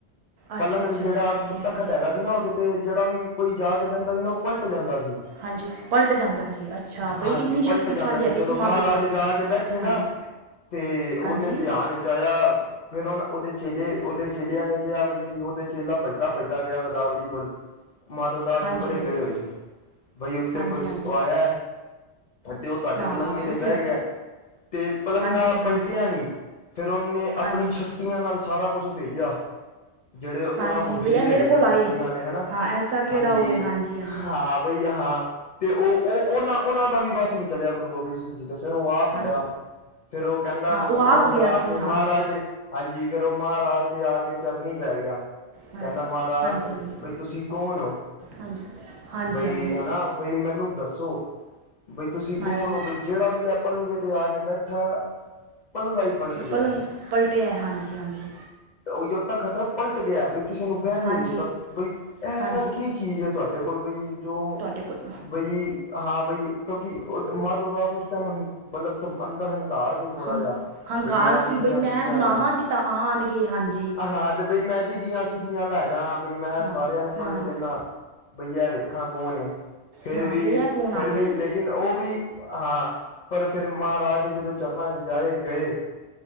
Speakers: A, on the left; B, on the right.
A: ਪਲੰਗ
B: ਅੱਛਾ ਅੱਛਾ
A: 'ਤੇ ਜਿਹੜਾ
B: ਹਾਂਜੀ
A: ਤਖ਼ਤ
B: ਹਾਂਜੀ
A: ਹੈਗਾ ਸੀ ਨਾ ਉਹਦੇ 'ਤੇ ਜਿਹੜਾ ਵੀ ਕੋਈ ਜਾ ਕੇ ਬਹਿੰਦਾ ਸੀ, ਨਾ ਪਲਟ ਜਾਂਦਾ ਸੀ।
B: ਹਾਂਜੀ, ਪਲਟ ਜਾਂਦਾ ਸੀ ਅੱਛਾ!
A: ਹਾਂਜੀ
B: ਬਈ ਇੰਨੀ
A: ਪਲਟ
B: ਸ਼ਕਤੀਸ਼ਾਲੀ
A: ਜਾਂਦਾ
B: ਹੈਗੀ
A: ਜਦੋਂ
B: ਸੀ ਮਾਧੋ
A: ਮਹਾਰਾਜ
B: ਦਾਸ
A: ਜਾ ਕੇ ਬੈਠੇ ਨਾ
B: ਹਾਂਜੀ!
A: 'ਤੇ ਉਹਨੇ
B: ਹਾਂਜੀ
A: ਧਿਆਨ 'ਚ ਆਇਆ ਫਿਰ ਓੰਨ ਉਹਦੇ ਚੇਲੇ, ਓਦੇ ਚੇਲਿਆਂ ਨੇ ਕਿਹਾ ਬਈ, ਉਹਦੇ ਚੇਲਾ ਭੱਜਦਾ-ਭੱਜਦਾ ਗਿਆ ਗੋਦਾਵਰੀ ਕੋਲ। ਮਾਧੋ ਦਾਸ
B: ਹਾਂਜੀ
A: ਜੀ ਪਰੇ
B: ਹਾਂਜੀ
A: ਗਏ ਹੋਏ ਸੀ, ਬਈ ਉੱਤੇ
B: ਹਾਂਜੀ
A: ਕੋਈ
B: ਹਾਂਜੀ
A: ਆਇਆ 'ਤੇ ਉਹ ਤੁਹਾਡੇ
B: ਹਾਂ
A: ਪਲੰਗੇ ਤੇ
B: ਉੱਥੇ
A: ਬਹਿ ਗਿਆ 'ਤੇ ਪਲੰਗਾਂ
B: ਹਾਂਜੀ ਹਾਂਜੀ
A: ਪਲਟਿਆ ਨਹੀਂ, ਫਿਰ ਉਹਨੇ ਆਪਣੀ
B: ਹਾਂਜੀ
A: ਸ਼ਕਤੀ ਤੀਆਂ ਨਾਲ ਸਾਰਾ ਕੁਛ ਭੇਜਿਆ। ਜਿਹੜੇ ਉਹਨਾਂ
B: ਹਾਂਜੀ
A: ਕੋਲ ਬੀਰ
B: ਬਈ ਇਹ ਮੇਰੇ
A: ਹੈ ਗਏ ਸੀ
B: ਕੋਲ
A: ਸ਼ਕਤੀਆਂ
B: ਆਏ
A: ਵਾਲੇ ਹਨਾ,
B: ਹਾਂ ਐਸਾ ਕਿਹੜਾ
A: ਹਾਂਜੀ,
B: ਹੋਏ ਹਾਂਜੀ
A: ਹਾਂ ਬਈ ਹਾਂ। 'ਤੇ ਉਹ-ਉਹ, ਉਹਨਾਂ-ਉਹਨਾਂ ਦਾ ਵੀ ਵੱਸ ਨੀ ਚਲਿਆ ਗੁਰੂ ਗੋਬਿੰਦ ਸਿੰਘ ਜੀ ਤੇ ਫਿਰ ਉਹ ਆਪ
B: ਹਾਂਜੀ
A: ਆਇਆ ਫਿਰ ਉਹ ਕਹਿੰਦਾ
B: ਹਾਂ
A: ਉਹ
B: ਆਪ
A: ਫਿਰ
B: ਗਿਆ
A: ਆ ਕੇ
B: ਸੀ ਹਾਂ
A: ਮਹਾਰਾਜ ਦੇ, ਹਾਂਜੀ। ਫਿਰ ਉਹ ਮਹਾਰਾਜ ਦੇ ਆ ਕੇ ਚਰਨੀ ਪੈ ਗਿਆ।
B: ਹਾਂ
A: ਕਹਿੰਦਾ ਮਹਾਰਾਜ,
B: ਹਾਂਜੀ ਹਾਂਜੀ
A: ਬਈ ਤੁਸੀਂ ਕੌਣ ਹੋ?
B: ਹਾਂਜੀ ਹਾਂਜੀ
A: ਬਈ
B: ਹਾਂਜੀ
A: ਹਨਾ ਬਈ ਮੈਨੂੰ ਦੱਸੋ, ਬਈ ਤੁਸੀਂ
B: ਹਾਂਜੀ
A: ਕੌਣ ਓ? ਬਈ ਜਿਹੜਾ ਵੀ ਆ ਪਲੰਗੇ ਤੇ ਆ ਕੇ ਬੈਠਾ ਪਲੰਗਾ ਹੀ ਪਲਟ ਗਿਆ
B: ਪਲੰਗਾਂ ਪਲਟਿਆ, ਹਾਂਜੀ-ਹਾਂਜੀ।
A: ਉ ਯ ਖ਼ਤਮ ਪਲਟ ਗਿਆ, ਬਈ ਕਿਸੇ ਨੂੰ ਬੈਨ ਨੀ
B: ਹਾਂਜੀ
A: ਦਿੱਤਾ, ਬਈ ਐਸਾ
B: ਹਾਂਜੀ
A: ਕੀ ਚੀਜ਼ ਐ ਤੁਹਾਡੇ ਕੋਲ ਬਈ ਜੋ
B: ਸਾਡੇ ਕੋਲ
A: ਬਈ ਹਾਂ ਬਈ ਕਿਉਂਕਿ ਮਾਧੋ ਉਦਾਸ ਉਸ ਟਾਈਮ ਹੰ ਮਤਲਬ ਅੰਦਰ ਹੰ ਕਾਰ ਸੀ ਥੋੜਾ
B: ਹੰ
A: ਜਿਹਾ
B: ਹੰਕਾਰ
A: ਬਈ ਮੈਂ
B: ਸੀ
A: ਰਿਧੀਆ-ਸੀਧੀਆ
B: ਬਈ ਮੈਂ ਬੁਲਾਵਾਂ
A: ਆਲਾ,
B: ਤੇ ਤਾਂ ਆਣਗੇ ਹਾਂਜੀ
A: ਹਾਂ ਤੇ ਬਈ ਮੈਂ ਰਿਧੀਆ ਸਿੱਧੀਆਂ ਆਲਾ ਹੈਗਾ ਬਈ ਮੈਂ
B: ਹਾਂ
A: ਸਾਰਿਆਂ ਨੂੰ ਪਲਟ
B: ਹਾਂ
A: ਦਿੰਨਾ, ਬਈ ਇਹ ਵੇਖਾਂ ਕੌਣ ਏ? ਫਿਰ
B: ਹਾਂ
A: ਵੀ,
B: ਬਈ ਇਹ ਕੌਣ
A: ਫਿਰ
B: ਆ ਗਿਆ
A: ਵੀ ਲੇਕਿਨ ਉਹ ਵੀ ਹਾਂ, ਪਰ ਫਿਰ ਮਹਾਰਾਜ ਦੇ ਜਦੋਂ ਚਰਨਾਂ 'ਚ ਜਾਏ, ਗਏ